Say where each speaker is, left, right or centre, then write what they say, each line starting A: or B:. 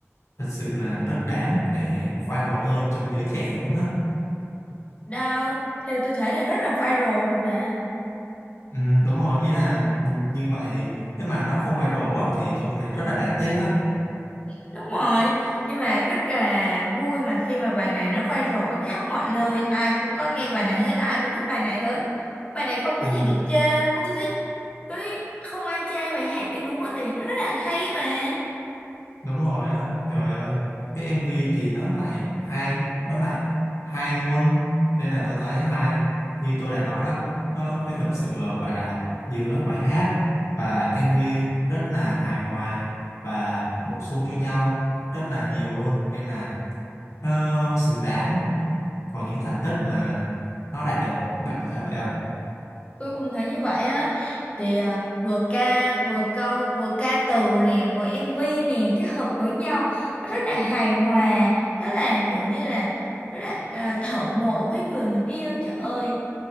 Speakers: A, on the left; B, on the left.
A: thật sự là rất đáng để viral hơn trong giới trẻ luôn á.
B: đâu theo tôi thấy là rất là viral rồi mà
A: Ừ, đúng rồi ý là như vậy thì nếu mà nó không viral á thì tôi thấy rất là đáng tiếc á
B: Đúng rồi, nhưng mà rất là vui mà khi mà bài này nó viral ở khắp mọi nơi, ai cũng có nghe bài này hết, ai cũng thích bài này hết. Bài này không
A: ừ,
B: có gì để chê luôn á, tôi thấy, tôi thấy không ai chê bài hát này luôn á, tại vì nó rất là hay mà.
A: đúng rồi á trời ơi cái MV thì nó lại hay nó lại hay luôn nên là tôi thấy hay như tôi đã nói đó nó kết hợp sự ờ, gọi là giữa bài hát và MV rất là hài hòa và bổ sung cho nhau rất là nhiều luôn nên là nó xứng đáng có những thành tích mà nó đạt được bạn có thấy vậy không
B: Tôi cũng thấy như vậy á, thì à, vừa ca, vừa câu, vừa ca từ nè, vừa MV nè, kết hợp với nhau, nó rất là hài hòa, rất là kiểu như là, rất là à, thổ nộ với người mình yêu, trời ơi.